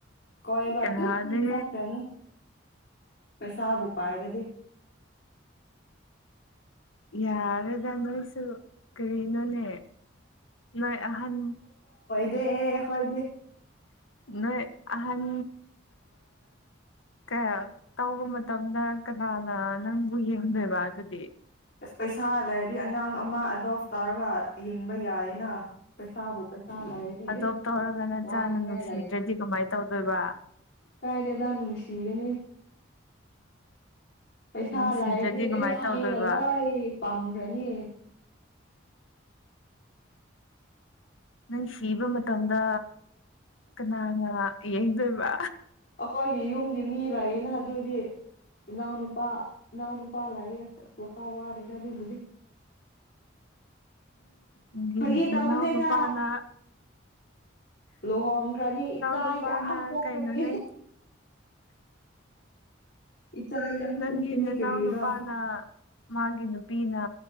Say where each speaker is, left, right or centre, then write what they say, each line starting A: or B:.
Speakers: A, on the left; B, on the left.
A: ꯀꯣꯏꯕꯗꯨ
B: ꯌꯥꯔꯦ
A: ꯁꯥꯇ꯭ꯔꯃꯨ ꯄꯩꯁꯥꯕꯨ ꯄꯥꯏꯔꯗꯤꯦ
B: ꯌꯥꯔꯦꯗ ꯅꯣꯏꯁꯨ ꯀꯔꯤꯅꯣꯅꯦ ꯅꯣꯏ ꯑꯍꯟ
A: ꯗ ꯍꯣꯏꯗꯤ
B: ꯅꯣꯏ ꯑꯍꯥꯟ ꯀꯌꯥ ꯇꯧꯕ ꯃꯇꯝꯗ ꯀꯅꯥꯅ ꯅꯪꯕꯨ ꯌꯦꯡꯗꯣꯏꯕ ꯑꯗꯨꯗꯤ
A: ꯑꯁ ꯄꯩꯁꯥ ꯂꯩꯔꯗꯤ ꯑꯉꯥꯡ ꯑꯃ ꯑꯦꯗꯣꯞ ꯇꯧꯔꯒ ꯍꯤꯡꯕ ꯌꯥꯏꯌꯦꯅ ꯄꯩꯁꯥꯕꯨ ꯂꯩꯔꯗꯤ
B: ꯑꯗꯣꯞ
A: ꯏꯁ
B: ꯇꯧꯔꯒ ꯅ
A: ꯋꯥꯅꯤꯡꯉꯥꯏ
B: ꯆꯥꯅ ꯅꯨꯡꯁꯤꯗ꯭ꯔꯗꯤ ꯀꯃꯥꯏꯅ ꯇꯧꯗꯣꯏꯕ
A: ꯇꯥꯏꯔꯦꯗꯅꯅꯨꯡꯁꯤꯒꯅꯤ ꯄꯩꯁꯥ
B: ꯅꯨꯡꯁꯤꯗ꯭ꯔꯗꯤ
A: ꯂꯥꯛꯑꯗꯤ
B: ꯀꯃꯥꯏꯅ
A: ꯑꯩ ꯁꯤ
B: ꯇꯧꯗꯣꯏꯕ
A: ꯃꯤꯅ ꯂꯣꯏ ꯄꯥꯝꯈ꯭ꯔꯅꯤ
B: ꯅꯪ ꯁꯤꯕ ꯃꯇꯝꯗ ꯀꯅꯥ ꯌꯦꯩꯗꯣꯏꯕ
A: ꯑꯩꯈꯣꯏꯒꯤ ꯌꯨꯝꯒꯤ ꯃꯤ ꯂꯑ ꯗꯤ ꯍꯧꯗꯤ ꯏ ꯅꯅꯥꯎꯅ ꯄꯥ ꯏꯅꯥꯎꯅ ꯄꯥ ꯂꯥꯛ ꯂ ꯍꯥꯥꯎ ꯋꯥꯔꯦ ꯑꯗꯨꯕꯨꯗꯤ
B: ꯎꯪ ꯒꯤ
A: ꯐꯥꯒꯤ
B: ꯅꯅꯥꯒ
A: ꯇꯧꯕꯅꯦꯗ
B: ꯄꯅ
A: ꯂꯨꯍꯣꯡꯈ꯭ꯔꯅꯤ ꯏꯆꯥ
B: ꯅꯨꯄꯥꯅ
A: ꯌꯥꯝ ꯄꯣꯛꯀꯅꯤ
B: ꯀꯩꯅꯣꯅꯦ
A: ꯏꯆꯥ ꯌꯥꯝ
B: ꯅꯪꯒꯤ
A: ꯄꯣꯛꯀꯅꯤ
B: ꯅꯅꯥꯎ
A: ꯀꯔꯤꯔꯣ
B: ꯅꯨꯄꯥꯅ ꯃꯥꯒꯤ ꯅꯨꯄꯤꯅ